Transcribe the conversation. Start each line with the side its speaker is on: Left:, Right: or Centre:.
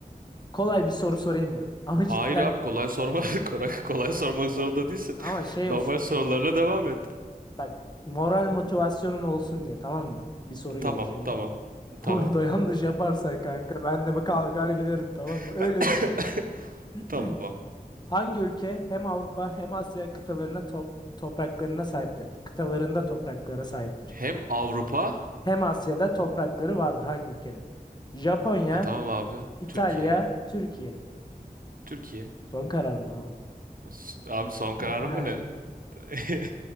Left: kolay bir soru sorayım mı? <laughs> Ama
Right: Hayır
Left: cidden
Right: abi kolay sorma. <laughs> Kolay, kolay sormak zorunda
Left: Yok.
Right: değilsin.
Left: ama şey
Right: Normal
Left: olsun.
Right: sorularla devam et.
Left: Bak moral motivasyonun olsun diye tamam mı? Bir soru geliyor
Right: Tamam
Left: şimdi.
Right: tamam
Left: <laughs>
Right: tamam.
Left: Onu da yanlış yaparsan kanka ben de bir kalkar giderim tamam mı?
Right: <laughs>
Left: Öyle bir soru.
Right: Tamam.
Left: <clears throat> Hangi ülke hem Avrupa hem Asya kıtalarına top- topraklarına sahiptir? Kıtalarında topraklara sahiptir.
Right: Hem Avrupa.
Left: Hem Asya'da toprakları vardır hangi ülkenin? Japonya,
Right: E, tamam abi.
Left: İtalya,
Right: Türkiye.
Left: Türkiye.
Right: Türkiye.
Left: Son kararım abi.
Right: S- Abi son kararım
Left: <laughs>
Right: mı ne? <laughs>